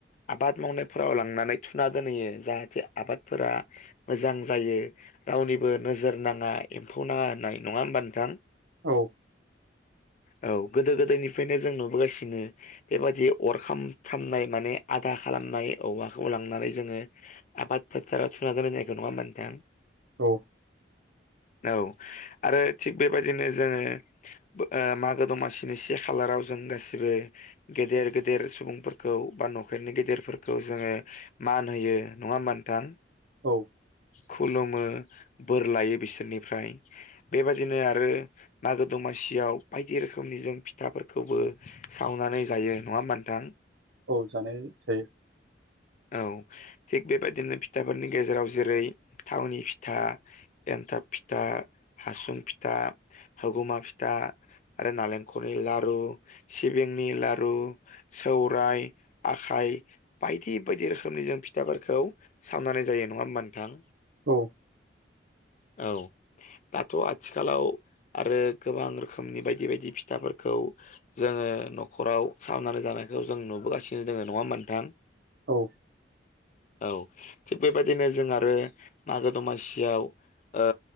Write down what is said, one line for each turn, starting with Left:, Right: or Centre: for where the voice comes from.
Left: आबाद मावनायफोराव लांनानै थुना दोनहैयो जाहाथे आबादफोरा मोजां जायो रावनिबो नोजोर नाङा एम्फौ नाङा होननाय नङा होमबा नोंथां?
Right: औ
Left: औ गोदो गोदायनिफ्रायनो जों नुबोगासिनो बेबादि अरखामफ्रामनाय माने आदा खालामनाय औवाखौ लांनानै जोङो आबाद फोथाराव थुना दोनहैनायखौ नङा होनबा नोंथां?
Right: औ
Left: औ आरो थिग बेबायदिनो जोङो ओ मागो दमासिनि से खालाराव जों गासिबो गेदेर गेदेर सुबुंफोरखौ बा न'खरनि गेदेरफोरखौ जोङो मान होयो। नङा होमबा नोंथां?
Right: औ
Left: खुलुमो बोर लायो बिसोरनिफ्राय बेबायदिनो आरो मागो दमासियाव बायदि रोखोमनि जों फिथाफोरखौबो सावनानै जायो नङा होनबा नोंथां?
Right: औ जानाय जायो।
Left: औ थिग बेबायदिनो फिथाफोरनि गेजेराव जेरै थावनि फिथा एन्थाब फिथा हासुं फिथा होगुमा फिथा आरो नालेंखरनि लारु सिबिंनि लारु सौराय आखाइ बायदि बायदि रोखोमनि जों फि थाफोरखौ सावनानै जायो नङा होमबा नोंथां?
Right: औ
Left: औ दाथ' आथिखालाव आरो गोबां रोखोमनि बायदि बायदि फिथाफोरखौ जोङो न'खराव सावनानै जानायखौ जों नुबोगासिनो दोङो नङा होम्बा नोंथां?
Right: औ
Left: औ थिग बेबायदिनो जों आरो मागो दमासियाव ओ